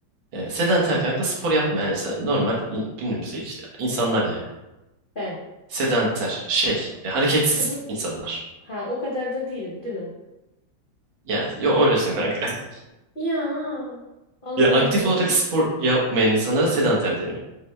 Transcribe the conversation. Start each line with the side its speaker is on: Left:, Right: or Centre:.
Right: e, sedanter kanka spor yapmayan insan- normal i- günümüzde işte insanlar yani.
Left: Ben.
Right: Sedanter şey e, hareketsiz
Left: <laughs>
Right: insanlar.
Left: Ha o kadar da değilim değil mi?
Right: Ya yo öylesin kanka. <laughs>
Left: Ya Allah
Right: Ya aktif
Left: Allah.
Right: olarak
Left: oğlum.
Right: spor yapmayan insanlara sedanter deniyor.